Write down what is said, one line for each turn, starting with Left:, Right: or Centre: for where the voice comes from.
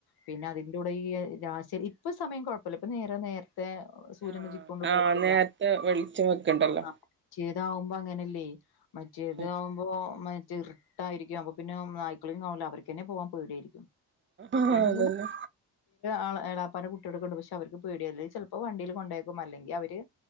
Left: പിന്നെ അതിന്റെ കൂടെ ഈ രാശരി ഇപ്പ സമയം കൊഴപ്പുല്ല ഇപ്പ നേര നേരത്ത് ത്തെ സൂര്യൻ
Right: ആഹ്
Left: ഉദിക്കൊണ്ട് കൊഴപ്പുല്ല
Right: ആഹ് നേരത്തെ വെളിച്ചം വെക്കണ്ടല്ലോ
Left: ആ ഇതാവുമ്പ അങ്ങനല്ലേ മറ്റേത്
Right: ഉം
Left: ആവുമ്പോ മ ചെറുട്ടായിരിക്കും അപ്പ പിന്ന നായ്ക്കളും കാണില്ല അവര്ക്കന്നെ പോവാം ഇവടേരിക്കും
Right: ആഹ്
Left: രണ്ട്
Right: അതന്നെ
Left: മൂന്ന് ആ ഏലാപ്പാന്റെ കുട്ടികളൊക്കെണ്ട് പക്ഷെ അവർക്ക് പേടിയല്ലേ ചെലപ്പോ വണ്ടിയിൽ കൊണ്ടേക്കും അല്ലെങ്കിൽ അവര്